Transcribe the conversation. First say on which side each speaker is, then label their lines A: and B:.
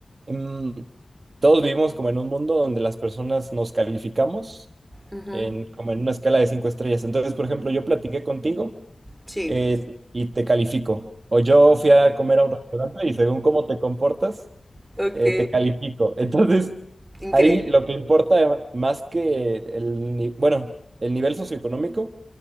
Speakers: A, on the right; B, on the right.
A: mm, todos vivimos como en un mundo donde las personas nos calificamos
B: Ujú,
A: en, como en una escala de cinco estrellas. Entonces, por ejemplo, yo platiqué contigo
B: Sí.
A: eh, y te califico. O yo fui a comer a un restaurante y según cómo te comportas,
B: Ok.
A: eh, te califico. <laughs> Entonces,
B: Increíble.
A: Ahí lo que importa más que el, ni- bueno, el nivel socioeconómico